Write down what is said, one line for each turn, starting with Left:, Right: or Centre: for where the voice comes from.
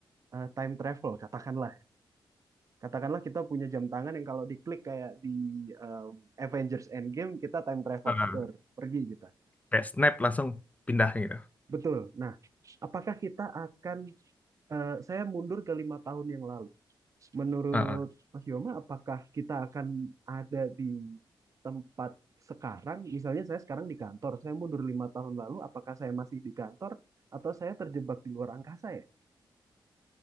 Right: eh, time travel, katakanlah. Katakanlah kita punya jam tangan yang kalau diklik kayak di um, Avengers Endgame kita time travel,
Left: Ah,
Right: tur, pergi kita.
Left: kayak snap langsung pindah gitu.
Right: Betul. Nah, apakah kita akan eh, saya mundur ke lima tahun yang lalu. Menurut
Left: Ah, ah.
Right: Mas Yoma, apakah kita akan ada di tempat sekarang? Misalnya saya sekarang di kantor, saya mundur lima tahun lalu, apakah saya masih di kantor atau saya terjebak di luar angkasa ya?